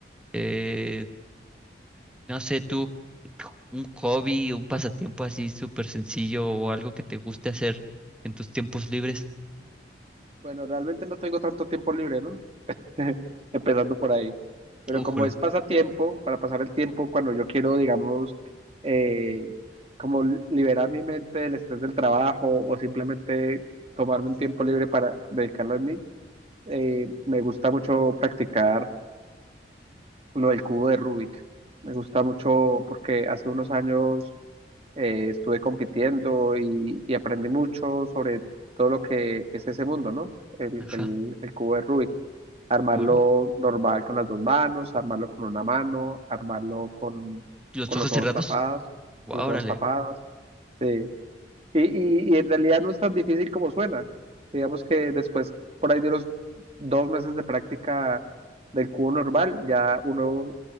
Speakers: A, in the centre; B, on the right (about 35°).
A: Eh, no sé, tú, un hobby, un pasatiempo así súper sencillo o algo que te guste hacer en tus tiempos libres.
B: Bueno, realmente no tengo tanto tiempo libre, ¿no? <laughs> Empezando por ahí. Pero
A: Újule.
B: como es pasatiempo, para pasar el tiempo cuando yo quiero, digamos, eh, como li- liberar mi mente del estrés del trabajo o simplemente tomarme un tiempo libre para dedicarlo a mí, eh, me gusta mucho practicar lo del cubo de Rubik. Me gusta mucho porque hace unos años eh, estuve compitiendo y, y aprendí mucho sobre todo lo que es ese mundo, ¿no? El,
A: Ajá.
B: el, el cubo de Rubik. Armarlo
A: Órale.
B: normal con las dos manos, armarlo con una mano, armarlo con,
A: ¿Los
B: con
A: ojos
B: los ojos
A: cerrados?
B: tapados,
A: Órale.
B: con los ojos tapados. Sí. Y, y, y en realidad no es tan difícil como suena. Digamos que después, por ahí de unos dos meses de práctica del cubo normal, ya uno